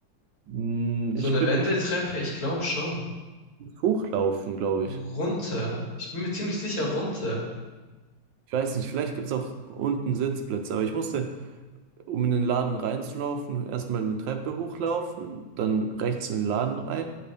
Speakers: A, on the right; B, on the left.
A: Hm,
B: So
A: Ich
B: eine
A: bin
B: Wendeltreppe,
A: kein
B: ich glaube schon.
A: Hochlaufen, glaube
B: Runter.
A: ich.
B: Ich bin mir ziemlich sicher runter.
A: Ich weiß nicht, vielleicht gibt es auch unten Sitzplätze, aber ich musste, um in den Laden reinzulaufen, erstmal eine Treppe hochlaufen, dann rechts in den Laden rein